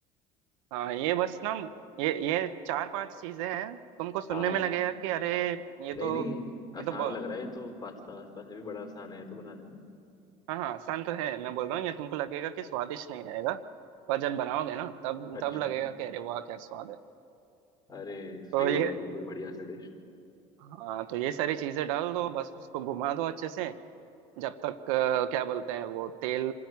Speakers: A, on the right; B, on the left.
A: हाँ ये बस ना ये ये चार पांच चीजें हैं तुमको सुनने
B: हाँ हाँ
A: में लगेगा कि अरे ये तो
B: नहीं नहीं आसान
A: ये तो ब-
B: लग रहा है ये तो पास्ता वास्ता से भी बड़ा आसान है ये तो बनाने में
A: हाँ हाँ आसान तो है मैं बोल रहा हूँ ये तुमको लगेगा कि स्वादिष्ट नहीं रहेगा पर जब बनाओगे ना तब
B: अच्छा
A: तब लगेगा कि अरे वाह क्या स्वाद है
B: अरे ये तो सही
A: तो
B: होगा
A: ये
B: बिल्कुल बढ़िया सा डिश
A: हाँ तो ये सारी चीजें डाल दो बस उसको घुमा दो अच्छे से जब तक अ, क्या बोलते हैं वो तेल